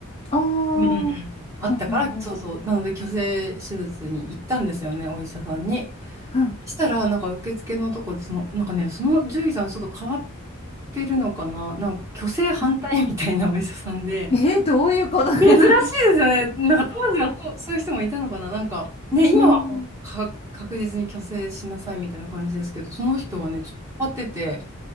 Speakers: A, on the left; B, on the right.
A: ああ。
B: うんうんうん。
A: う
B: あったから、
A: んうんうん。
B: そうそう。なので、去勢手術に行ったんですよね、お医者さんに。
A: うん
B: そしたら、なんか受付のとこで、その、なんかね、その獣医さんはちょっと変わってるのかな、なんか去勢反対みたいなお医者さんで、
A: うん。えー、どういうこと <laughs>
B: 珍しいですよね。なんか当時はそう、そういう人もいたのかな、なんか、ね、今はもうか確実に去勢しなさいみたいな感じですけど、
A: うん。うん
B: その人はね、ちょっと変わってて、